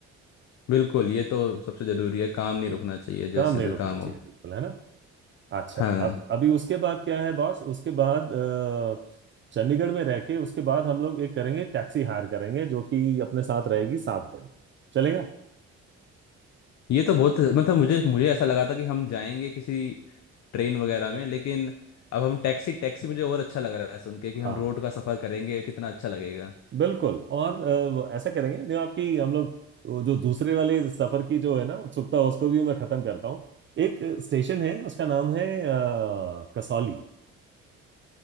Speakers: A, on the left; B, on the right.
A: बिल्कुल ये तो सबसे जरूरी है काम नहीं रुकना चाहिए
B: काम
A: जैसे
B: नहीं
A: भी
B: रुकना
A: काम
B: चाहिए
A: हो
B: बिल्कुल है ना? अच्छा
A: हाँ
B: अब अभी उसके बाद क्या है बॉस उसके बाद अ, चंडीगढ़ में रह के उसके बाद हम लोग एक करेंगे टैक्सी हायर करेंगे जो कि अपने साथ रहेगी सात दिन चलेगा
A: ये तो बहुत मतलब मुझे मुझे ऐसा लगा था कि हम जाएंगे किसी ट्रेन वगैरह में लेकिन अब हम टैक्सी टैक्सी मुझे और अच्छा लग रहा है सुन के कि हम
B: हाँ
A: रोड का सफर करेंगे कितना अच्छा लगेगा
B: बिल्कुल और अ, वो ऐसा करेंगे जो आपकी हम लोग वो जो दूसरे वाले सफर की जो है ना उत्सुकता उसको भी मैं खत्म करता हूँ एक स्टेशन है उसका नाम है अ, कसौली